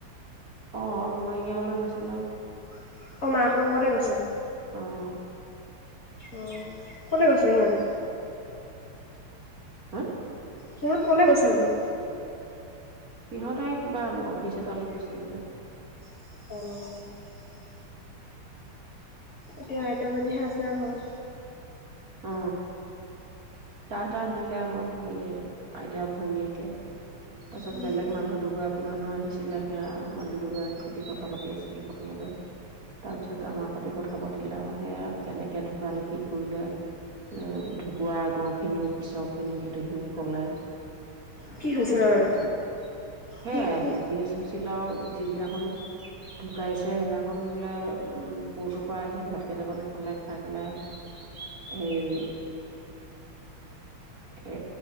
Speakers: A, on the right; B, on the left.
A: অ', মৰিগাঁৱলৈ গৈছিলে।
B: অ', মাকৰ লগতে গৈছে।
A: অ',
B: অ', কোনে গৈছিল সিহঁতে?
A: হা?
B: সিহত কলে গৈছে বোলো।
A: সিহঁতে কিবা অফিচ এটালৈ গৈছে বোলে।
B: অহ, এতিয়া আইতাজনীহে আছে আও ঘৰত,
A: অ চাহ তাহ দিলে আমাক হেৰিয় আইতা ভৈনীয়েকে। তাৰপাছত
B: উম
A: বেলেগ মানুহ দুগৰাকী মানুহ আহিছিল। আছিলে সেয়া মানুহ দুগৰাকীৰ সৈতে কথা পাতি আছিলে প্ৰথমতে তাৰ পিছত আমাৰ সৈতে কথা পাতিলে আৰু সেয়া কেনেকে ঢুকাল কি কৰিলে। এ ঢোকুৱা আগৰ খিনিও পিছৰ খিনিও গোটেইখিনি কলে।
B: কি হৈছিলে
A: উম
B: মানে
A: হে
B: কি কি
A: গেছ হৈছিলাও যি দিনাখন, ঢোকাইছে সেইদিনাখন বোলে ক'ৰ্টৰ পৰা আহি ভাত কেইটামান খালে খাই পেলাই, সেই, এ